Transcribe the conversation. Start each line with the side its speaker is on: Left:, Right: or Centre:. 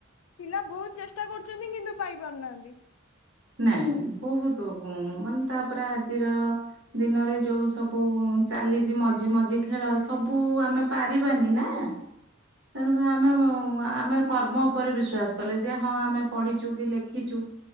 Left: ପିଲା ବହୁତ ଚେଷ୍ଟା କରୁଛନ୍ତି କିନ୍ତୁ ପାଇ ପାରୁନାହାନ୍ତି।
Right: ନାଇଁ ବହୁତ୍ ମାନେ ତାପରେ ଆଜିର ଦିନରେ ଯୋଉ ସବୁ ଚାଲିଛି ମଝିମଝି ଖେଳ ସବୁ ଆମେ ପାରିବାନି ନା। <inaudible> ତେଣୁକରି ଆମେ ଉଁ ଆମେ କର୍ମ ଉପରେ ବିଶ୍ଵାସ କଲେ ଯେ ହଁ ଆମେ ପଢିଚୁ କି ଲେଖିଚୁ।